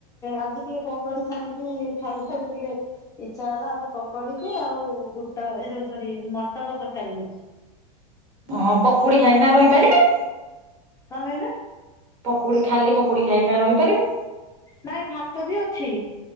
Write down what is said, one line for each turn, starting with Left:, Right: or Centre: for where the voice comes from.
Left: ଆଜି ଟିକେ ପକୋଡି ଛାଣିକି ଖାଇଥାନ୍ତି ଟିକେ ଇଛା ହେଲା ଆଜି ପକଡିକି ଆଉ ବୁଟ ଏ ଯୋଉ ସରି ମଟର ତରକାରୀ ହେଉଛି।
Right: ହଁ ପକୁଡି ଖାଇକି ରହିପାରିବେ?
Left: କଣ କହିଲେ?
Right: ପକୁଡି ଖାଲି ପକୁଡି ଖାଇକିନା ରହିପାରିବେ?
Left: ନାଇଁ ଭାତ ବି ଅଛି